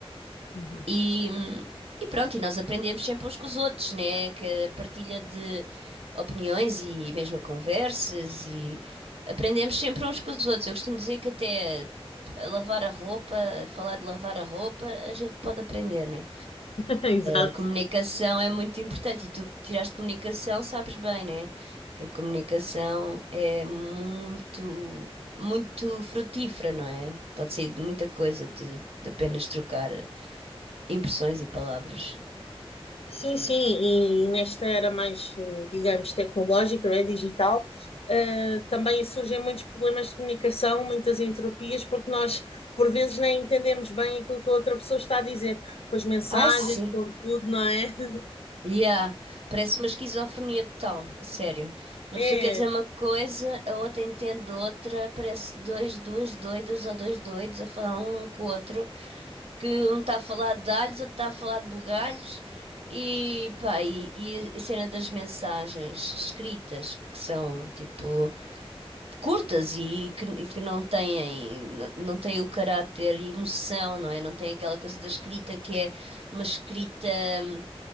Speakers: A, on the left (about 70°); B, on the right (about 75°).
A: Uhum.
B: E, e pronto, e nós aprendemos sempre uns com os outros, né? Que a partilha de opiniões e mesmo conversas e aprendemos sempre uns com os outros. Eu costumo dizer que até a lavar a roupa, a falar de lavar a roupa, a gente pode aprender, né?
A: <laughs> Exato.
B: A comunicação é muito importante e tu que tiraste comunicação sabes bem, né? Que a comunicação é muito, muito frutífera, não é? Pode sair de muita coisa de, de apenas trocar impressões e palavras.
A: Sim, sim, e nesta era mais, eh, digamos, tecnológica, não é? Digital, eh, também surgem muitos problemas de comunicação, muitas entropias, porque nós, por vezes, nem entendemos bem aquilo que a outra pessoa está a dizer, com as mensagens,
B: Ai, sim.
A: com tudo, não é? <laughs>
B: Yeah, parece uma esquizofrenia total, a sério. Uma
A: É,
B: pessoa quer dizer uma coisa, a outra entende outra, parece dois, duas doidas ou dois doidos a falar um com o outro, que um está a falar de alhos, outro está a falar de bugalhos, e pá, e, e a cena das mensagens escritas, que são tipo curtas e que, e que não têm, n- não têm o caráter e emoção, não é? Não tem aquela coisa da escrita que é uma escrita, hum,